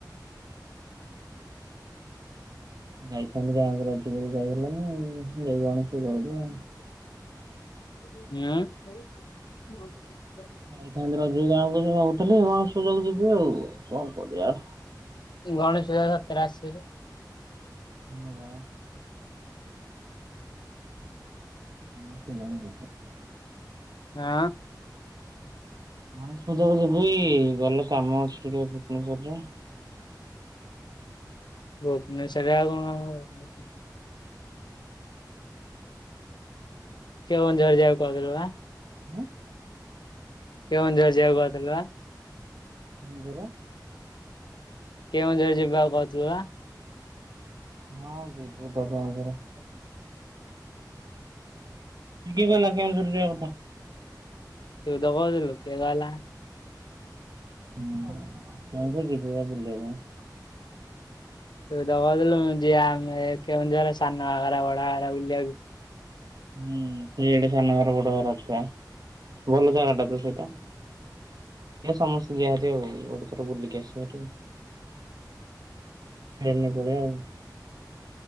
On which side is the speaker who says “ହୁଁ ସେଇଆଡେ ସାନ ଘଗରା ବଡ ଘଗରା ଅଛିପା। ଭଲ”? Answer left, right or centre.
Right